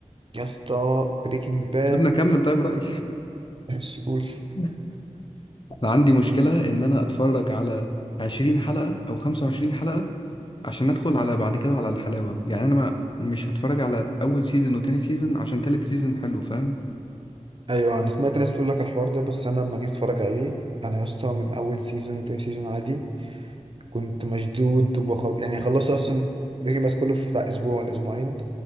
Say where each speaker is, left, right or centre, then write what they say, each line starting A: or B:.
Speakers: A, on the right; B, on the left.
A: يا اسطى بريكنج باد
B: سيبنا اكمل طيب رايي
A: ماشي قول
B: <laughs> انا عندي مشكله ان انا اتفرج على 20 حلقه او 25 حلقه عشان ادخل على بعد كده على الحلاوه يعني انا ما مش هتفرج على اول سيزون وتاني سيزون عشان تالت سيزون حلو فاهم؟
A: <laughs> ايوه انا سمعت ناس بتقول لك الحوار ده بس انا لما جيت اتفرج عليه انا يا اسطى من اول سيزون وتاني سيزون عادي كنت مشدود وبخل... يعني خلصت اصلا بريكنج باد كله في بتاع اسبوع ولا اسبوعين